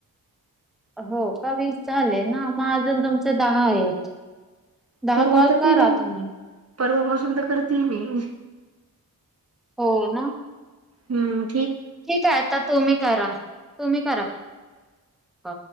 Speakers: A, in the centre; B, on the right.
A: हो का वीस झाले ना, मग अजून तुमचे दहा आहेत. दहा
B: परवा
A: कॉल
B: तर
A: करा
B: केले मी
A: तुम्ही.
B: परवापासून तर करते मी.
A: हो ना.
B: हुं.
A: ठीक हाय आता तुम्ही करा. तुम्ही करा. का